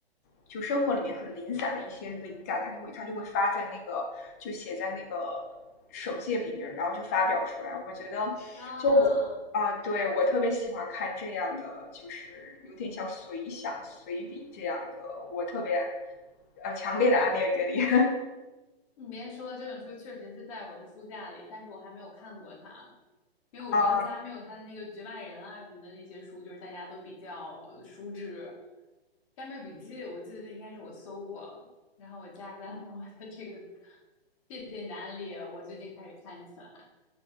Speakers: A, on the left (about 15°); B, on the left (about 30°).
A: 就生活里面很零散的一些灵感，他就会他就会发在那个就写在那个手记里边，然后就发表出来。我觉得，
B: 啊
A: 就我。啊，对，我特别喜欢看这样的，就是有点像随想、随笔这样的，我特别呃强烈的安利给你。<laughs>
B: 你别说，这本书确实是在我的书架里，但是我还没有看过它，因为我知道家没有他的那个《局外人》啊什么的那些书，
A: 啊
B: 就是大家都比较呃熟知。《干妹笔记》我记得应该是我搜过，然后我加在了我的这个，谢谢你的安利，我最近开始看起来。